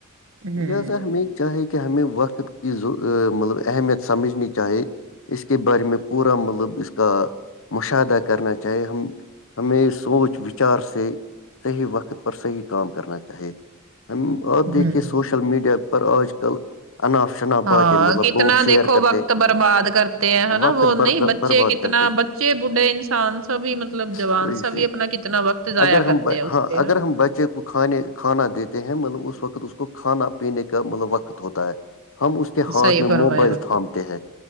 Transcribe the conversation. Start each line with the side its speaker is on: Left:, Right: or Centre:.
Right: ہوں
Left: لہذا ہم چاہے کہ ہمیں وقت کی مطلب اہمیت سمجھنی چاہے اس کے بارے میں پورا مطلب اس کا مشاہدہ کرنا چاہیے ہم ہمیں سوچ وچار سے صحیح وقت پر صحیح کام کرنا چاہے ہم آپ دیکھیے
Right: ہوں
Left: سوشل میڈیا پر آج کل اناپ شناپ
Right: ہاں
Left: باتیں مطلب
Right: کتنا
Left: لوگ شیئر
Right: دیکھو
Left: کرتے
Right: وقت برباد کرتے ہیںا
Left: وقت
Right: وہ نہیں بچے
Left: برباد
Right: کتنا
Left: کرتے ہیں
Right: بچے بڑھے انسان سبھی مطلب
Left: صحیح
Right: جوان سبھی
Left: صحیح
Right: اپنا کتنا وقت ضائیا
Left: اگر ہم
Right: کرتے ہیں اس
Left: ہاں
Right: پہا
Left: اگر ہم بچے کو کھانے کھانا دیتے ہیں مطلب اس وقت اس کو کھانا پینے کا مطلب وقت ہوتا ہے ہم اس کے ہاتھ
Right: صحیح
Left: میں موبائل
Right: فرمایا
Left: تھامتے ہیں